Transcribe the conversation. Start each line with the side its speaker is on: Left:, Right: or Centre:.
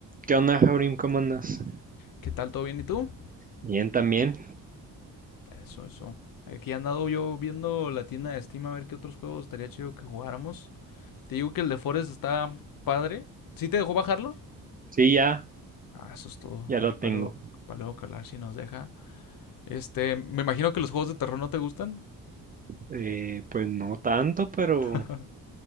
Right: ¿Qué onda, Jaurim? ¿Cómo andas?
Left: ¿Qué tal? ¿Todo bien? ¿Y tú?
Right: Bien, también.
Left: Eso, eso. Aquí he andado yo viendo la tienda de Steam a ver qué otros juegos estaría chido que jugáramos. Te digo que el de Forest está padre. ¿Sí te dejó bajarlo?
Right: Sí, ya,
Left: Ah, eso es todo.
Right: ya lo
Left: Ahí
Right: tengo.
Left: para luego, para luego calar si nos deja. Este, me imagino que los juegos de terror no te gustan.
Right: Eh, pues no tanto, pero...
Left: <laughs>